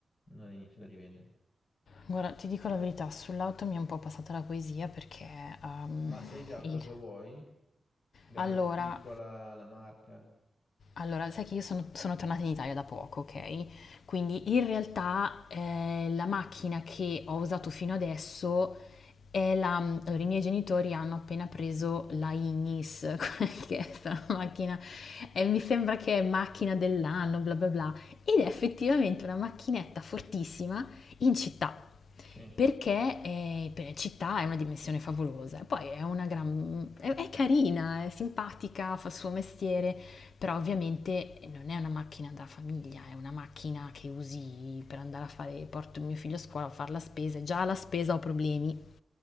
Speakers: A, on the left (about 45°); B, on the left (about 80°).
A: non hai niente da rivendere.
B: Guarda, ti dico la verità, sull'auto mi è un po' passata la poesia perché... ehm,
A: Ma sai già cosa
B: il-
A: vuoi? Grande,
B: Allora,
A: piccola, la marca?
B: Allora, sai che io sono, sono tornata in Italia da poco, ok? Quindi in realtà eh, la macchina che ho usato fino adesso è la... Allora, i miei genitori hanno appena preso la Ignis, <laughs> quella che è questa macchina, e mi sembra che è macchina dell'anno, bla bla bla, ed è effettivamente una macchinetta fortissima in città
A: Sì.
B: perché è, per- città è una dimensione favolosa, poi è una gran, è, è carina, è simpatica, fa il suo mestiere, però ovviamente non è una macchina da famiglia, è una macchina che usi per andare a fare, porto mio figlio a scuola a fare la spesa, e già alla spesa ho problemi,